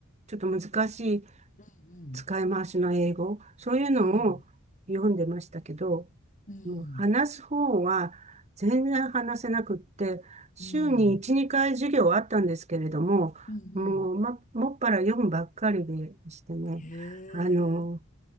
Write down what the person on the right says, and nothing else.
ちょっと難しい、
使い回しの英語、そういうのを読んでましたけど、
もう話す方は全然話せなくって、週に1、
2回授業はあったんですけれども、
もう、ま、もっぱら読むばっかりでしてね、
あの、